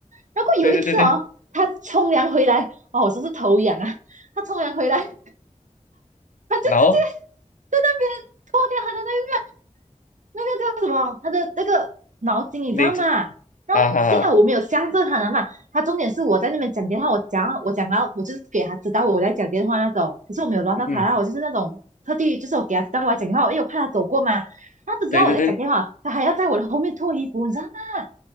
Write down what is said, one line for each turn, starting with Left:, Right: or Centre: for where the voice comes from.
Right: 然后有一次哦，
Left: 对对对对，
Right: 他冲凉回来，哦，我真是头痒啊！他冲凉回来，他就直接
Left: 然后
Right: 在那边脱掉他的那。那个叫什么？他的那个毛巾，你知道吗？
Left: 那只
Right: 然后幸好我没有向着他了嘛。
Left: 哈哈哈，
Right: 他重点是我在那边讲电话，我讲我讲到我就是给他知道我在讲电话那种，可是我没有乱到他啦，
Left: 嗯，
Right: 我就是那种特地就是我给他知道我在讲电话，因为我怕他走过嘛。他不知道我在讲电话，
Left: 对对对，
Right: 他还要在我的后面脱衣服，你知道吗？